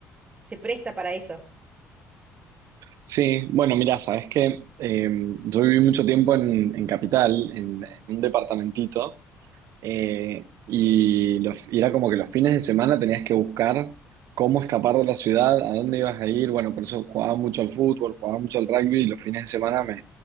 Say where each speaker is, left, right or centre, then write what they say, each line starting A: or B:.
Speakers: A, on the right; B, on the right.
A: se presta para eso.
B: Sí, bueno, mira, sabes que em, yo viví mucho tiempo en, en Capital, en, en un departamentito, eh, y, los- y era como que los fines de semana tenías que buscar cómo escapar de la ciudad, a dónde ibas a ir. Bueno, por eso jugaba mucho al fútbol, jugaba mucho al rugby, y los fines de semana